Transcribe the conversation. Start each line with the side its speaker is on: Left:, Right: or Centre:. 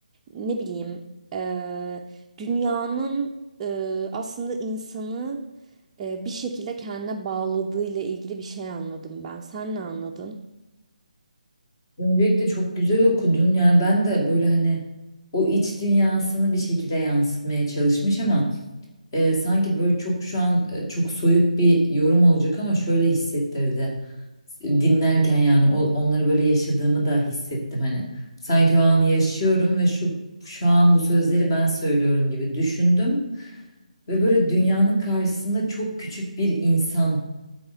Right: Ne bileyim, eee, dünyanın eee, aslında insanı eee, bir şekilde kendine bağladığıyla ilgili bir şey anladım ben. Sen ne anladın?
Left: Öncelikle çok güzel okudun yani ben de böyle hani o iç dünyasını bir şekilde yansıtmaya çalışmış ama e, sanki böyle çok şu an e, çok soyut bir yorum olacak ama şöyle hissettirdi. Dinlerken yani o, onları böyle yaşadığımı da hissettim hani. Sanki o anı yaşıyorum ve şu şu an bu sözleri ben söylüyorum gibi düşündüm ve böyle dünyanın karşısında çok küçük bir insanmış